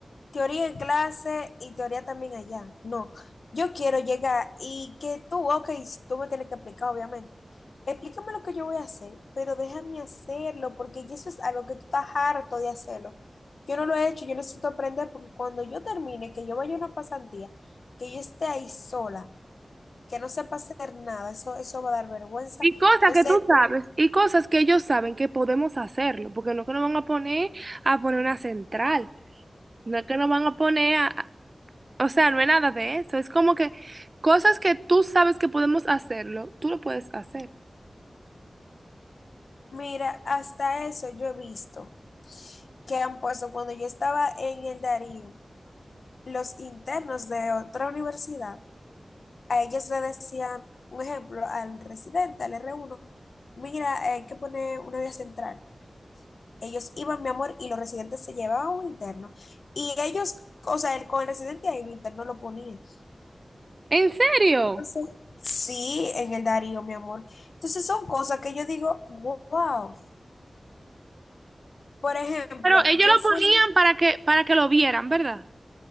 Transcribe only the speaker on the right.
Y cosas
que tú sabes, y cosas que ellos saben que podemos hacerlo, porque no es que nos van a poner a poner una central, no es que nos van a poner a, a- o sea, no es nada de eso, es como que cosas que tú sabes que podemos hacerlo, tú lo puedes hacer.
¿En serio?
Pero ellos
lo
ponían para que, para que lo vieran, ¿verdad?